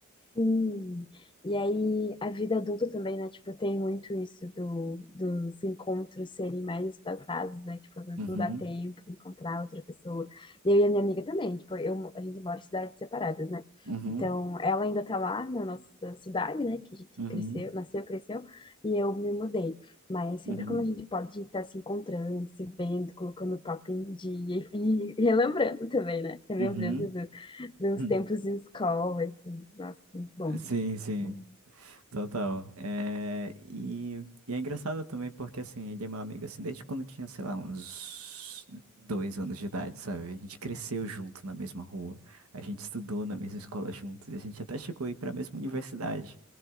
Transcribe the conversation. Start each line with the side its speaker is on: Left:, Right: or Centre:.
Left: Sim. E aí, a vida adulta também, né? Tipo, tem muito isso do, dos encontros serem mais espaçados, né? Tipo, às vezes
Right: Uhum,
Left: não dá tempo de encontrar outra pessoa. E eu e a minha amiga também, tipo, eu, a gente mora em cidades separadas, né?
Right: uhum,
Left: Então, ela ainda tá lá na nossa cidade, né? Que a gente
Right: uhum,
Left: cresceu, nasceu, cresceu, e eu me mudei. Mas sempre
Right: uhum.
Left: quando a gente pode estar se encontrando, se vendo, colocando o papo em dia e, e relembrando também, né? Relembrando
Right: Uhum.
Left: meus
Right: <laughs>
Left: tempos de escola e tudo. Nossa, muito bom. Muito
Right: Sim, sim,
Left: bom.
Right: total. É, e, e é engraçado também porque, assim, ele é meu amigo, assim, desde quando eu tinha, sei lá, uns dois anos de idade, sabe? A gente cresceu junto na mesma rua, a gente estudou na mesma escola juntos, e a gente até chegou a ir para a mesma universidade,